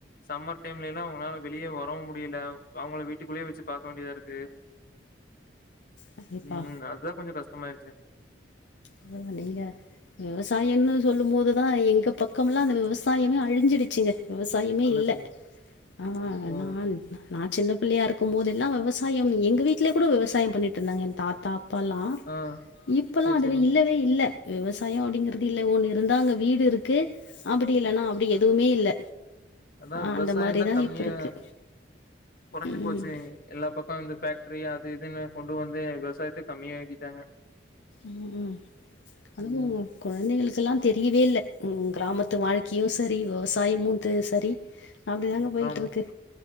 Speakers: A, on the left (about 50°); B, on the left (about 75°).
A: சம்மர் டைம்ல எல்லா அவங்களால வெளியே வரவும் முடியல அவங்க வீட்டுக்குள்ளயே வச்சு பாக்க வேண்டியதா இருக்கு கு
B: கண்டிப்பா
A: உம் அதுதா கொஞ்சம் கஷ்டம் மயிருச்சு
B: அதுதா நீங்க விவசாயம்னு சொல்லும் போதுதா எங்க பக்கம்லாம் அந்த விவசாயமே அழிஞ்சிடுச்சுங்க விவசாயமே
A: அந்த
B: இல்லை
A: சைடு
B: ஆ
A: ஓ
B: நா நா சின்ன பிள்ளையா இருக்கும் போது எல்லாம் விவசாயம் எங்க வீடலய கூட விவசாயம் பண்ணிட்டு இருந்தாங்க என் தாத்தா அப்பல்லாம்
A: ஆ
B: இப்பல்லாம்
A: சரி
B: அதுவே
A: சரிங்க
B: இல்லவே இல்ல பயம் அப்படிங்கறது இல்ல ஒன்னு இருந்தா அங்க வீடு இருக்கு அப்படி இல்லனா அப்படி எதுவுமே இல்ல
A: அதான்
B: ஆ
A: விவசாயம்
B: அந்த மாரிதா
A: தான் கம்மியா
B: இப்ப இருக்கு
A: குறைஞ்சு
B: ம்
A: போச்சே எல்லா பக்கம் வந்து ஃபேக்ட்ரி அது இதுன்னு கொண்டு வந்து விவசாயத்த கம்மி ஆக்கிட்டாங்க
B: உம் உம் அதுவும்
A: ம்
B: உங்க கொழந்தைகளுக்கெல்லாம் தெரியவே இல்ல உம் கிராமத்து வாழ்க்கையும் சரி விவசாயமும்த் சரி அப்டி தாங்க போயிட்டு
A: ஆமா
B: இருக்கு